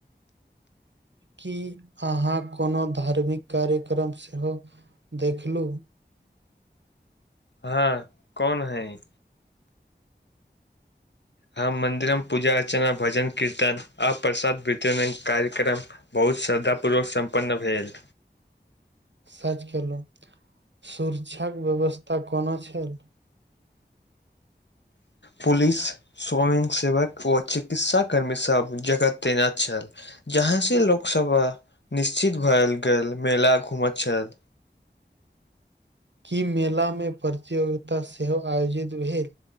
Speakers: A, on the right (about 75°); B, on the left (about 70°).
A: की अहाँ कोनो धार्मिक कार्यक्रम सेहो देखलू
B: हँ कौन हैं इ हम मंन्दिरम पूजा अर्चना भजन कीर्तन आ प्रसाद वितरण कार्यक्रम बहुत श्रद्धापूर्वक सम्पन्न भेल
A: सच केलहु सुर्षाक व्यवस्था कोनो छल
B: पुलिस स्वयं सेवक ओ चिकित्सा कर्मी सब जगह तेने छल जहाँसँ लोकसभ निश्चित भएल गेल मेला घूमैत छल
A: की मेला में प्रतियोगिता सेहो आयोजित भेल